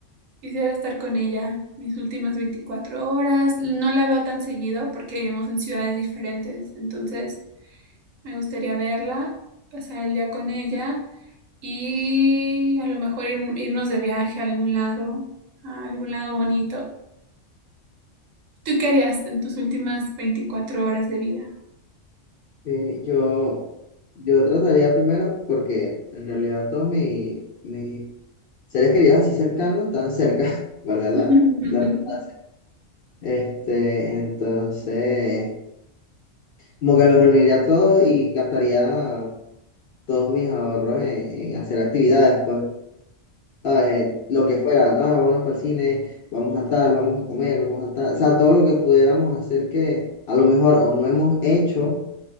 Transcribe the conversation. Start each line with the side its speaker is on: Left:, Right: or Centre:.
Right: Quisiera estar con ella mis últimas 24 horas. No la veo tan seguido porque vivimos en ciudades diferentes. Entonces, me gustaría verla, pasar el día con ella y a lo mejor ir- irnos de viaje a algún lado, a algún lado bonito. ¿Tú qué harías en tus últimas veinticuatro horas de vida?
Left: Eh, yo, yo trataría primero, porque en realidad todos mi- mis seres queridos así cercanos están cerca, <laughs> valga la,
Right: <laughs>
Left: la redundancia. Este, entonces, como que los reuniría a todos y gastaría todos mis ahorros en, en hacer actividades, pues, ¿sabes? Lo que fuera, ah, vámonos para el cine, vamos a tal, vamos a comer, vamos a tal, o sea, todo lo que pudiéramos hacer que a lo mejor o no hemos hecho